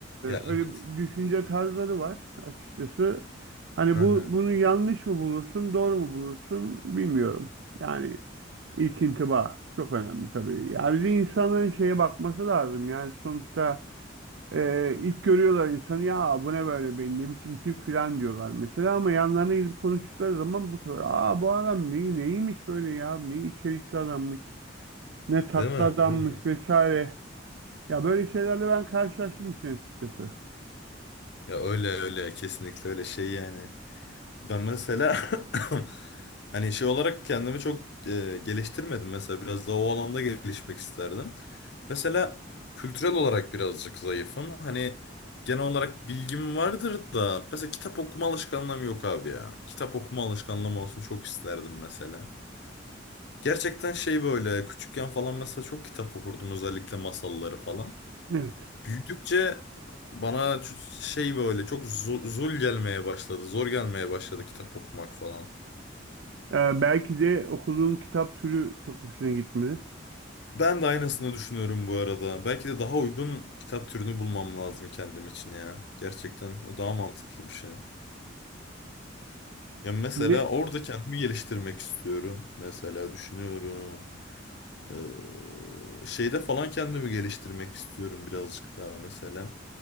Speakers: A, on the left; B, on the right.
A: Ya
B: öyle
A: evet.
B: bir düşünce tarzları var açıkçası. Hani
A: Hı
B: bu
A: hı.
B: bunu yanlış mı bulursun, doğru mu bulursun bilmiyorum. Yani ilk intiba çok önemli tabii. Yani bir de insanların şeye bakması lazım. Yani sonuçta e, ilk görüyorlar insanı ya bu ne böyle benim ne biçim tip falan diyorlar mesela ama yanlarına gidip konuştukları zaman bu sefer aa bu adam ne, neymiş böyle ya ne içerikli adammış ne tatlı
A: Değil mi?
B: adammış
A: Değil mi?
B: vesaire. Ya böyle şeylerle ben karşılaştım işin açıkçası.
A: Ya öyle öyle kesinlikle öyle şey yani. Ben mesela <coughs> <laughs> hani şey olarak kendimi çok e, geliştirmedim. Mesela biraz daha o alanda gelişmek isterdim. Mesela kültürel olarak birazcık zayıfım. Hani genel olarak bilgim vardır da mesela kitap okuma alışkanlığım yok abi ya. Kitap okuma alışkanlığım olsun çok isterdim mesela. Gerçekten şey böyle küçükken falan mesela çok kitap okurdum özellikle masalları falan.
B: Evet.
A: Büyüdükçe bana ç- şey böyle çok zo- zul gelmeye başladı. Zor gelmeye başladı kitap okumak falan.
B: Ee, belki de okuduğun kitap türü çok hoşuna gitmedi.
A: Ben de aynısını düşünüyorum bu arada. Belki de daha uygun kitap türünü bulmam lazım kendim için ya. Gerçekten o daha mantıklı bir şey. Ya mesela
B: Ne?
A: orada kendimi geliştirmek istiyorum. Mesela düşünüyorum. Ee, şeyde falan kendimi geliştirmek istiyorum birazcık daha mesela.